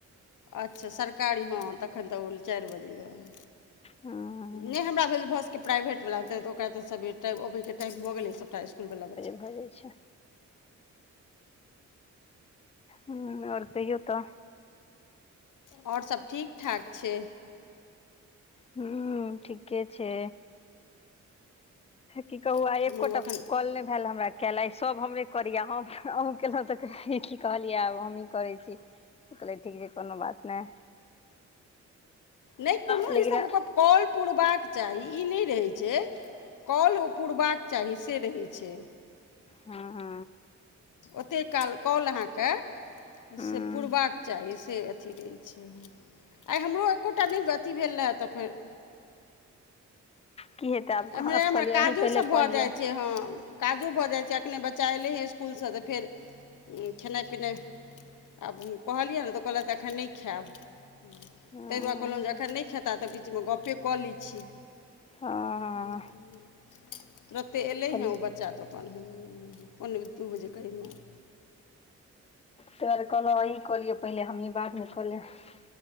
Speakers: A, on the left; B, on the left.
A: अच्छा सरकारी हँ, तखन तऽ ओ चारि बजे में।
B: हूँ
A: नै हमरा भेल भऽसकै प्राइवेट वाला तऽ ओकरा तऽ सबेर टाइम अबै के। टाइम भऽ गेलै ई सभटा इसकुलवला बच्चा।
B: भए जाइ छै। हूँ और कहियो तऽ।
A: और सब ठीक- ठाक छै।
B: हूँ ठीके छै। की कहू
A: हमरो
B: आई एकोटा
A: एखन
B: कॉल नहि भैल हमरा। केले सभ हमरे करियै, हम अहूँ केलहुँ तऽ की कहलियै आब हमही करै छी। तऽ कहलियै ठीक छै कोनो बात नै।
A: नै कोनो
B: लेकिन
A: इ सब कॉल पूरबाक चाही, ई नहि रहै छै कॉल ओ पुरबाक चाही से रहै छै।
B: हँ।
A: ओतेक काल कॉल अहाँके
B: हँ
A: से पुरबाक चाही से। अथी रहै छै, आइ हमरो एकोटा नहि अथी भेल रहए तऽ फेर
B: की हेतै आब
A: एमहरे-
B: आब
A: एमहर
B: कहलियै
A: काजो
B: अहीं पहिले
A: सब भऽ
B: कऽ लिअ
A: जाइत छै हँ। काजो भऽ जाइ छै, एखने बच्चा अयलै हँ इसकुलसँ तऽ फेर खेनाइ पिनाइ। आब हम कहलियनि ने तऽ कहलैथ एखन नहि खायब। ताहि
B: हँ
A: दुआरे कहलहुँ जे एखन नहि खेता, तऽ बिच में गपे कऽ लै छी।
B: हँ
A: हूंऽ। तुरते अयलै
B: कहलियै
A: हेँ
B: ताहि
A: ओ बच्चा तऽ अपन, पोने दू बजे करीब में।
B: तैदुआरे कहलहुँ अहीं कलियौ पहिले, हमहीँ बादमे कऽ लेब।